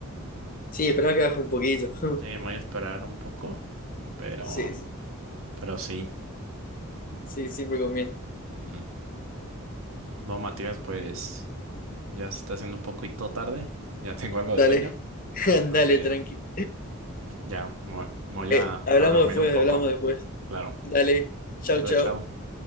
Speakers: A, on the left; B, on the right.
A: Sí, esperá que baje un poquito. <laughs>
B: Sí, me voy a esperar un poco, pero,
A: Sí, sí,
B: pero sí.
A: sí, siempre conviene.
B: Ujú. Bueno, Matías, pues ya se está haciendo un poquito tarde, ya tengo algo
A: Dale.
B: de sueño,
A: <laughs>
B: entonces
A: Dale, tranqui.
B: ya me voy me voy
A: Eh,
B: a,
A: hablamos
B: a dormir
A: después,
B: un poco.
A: hablamos después.
B: Claro.
A: Dale, chau,
B: Dale,
A: chau.
B: chao.